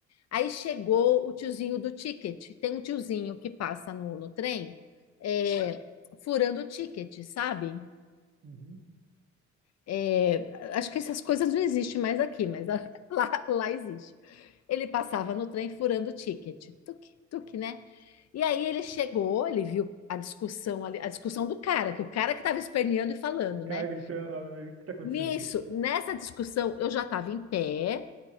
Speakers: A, on the left; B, on the right.
A: Aí chegou o tiozinho do ticket. Tem um tiozinho que passa no, no trem, é, furando o ticket, sabe?
B: Uhum.
A: É, acho que essas coisas não existem mais aqui, mas a- <laughs> lá, lá existe. Ele passava no trem furando o ticket. Tuque, tuque, né? E aí ele chegou, ele viu a discussão ali, a discussão do cara, que o cara que estava esperneando e falando,
B: O cara
A: né?
B: gritando lá no meio, o que que tá acontecendo
A: Nisso,
B: aqui?
A: nessa discussão, eu já estava em pé,